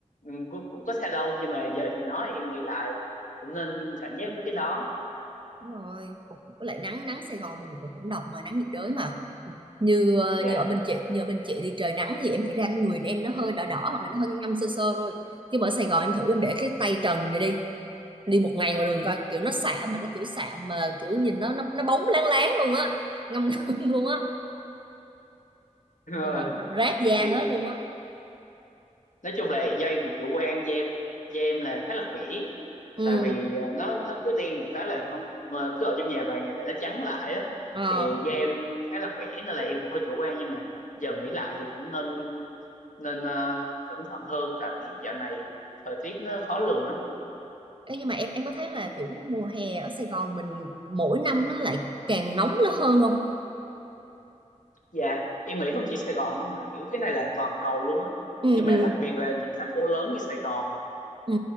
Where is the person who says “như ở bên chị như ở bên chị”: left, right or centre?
Right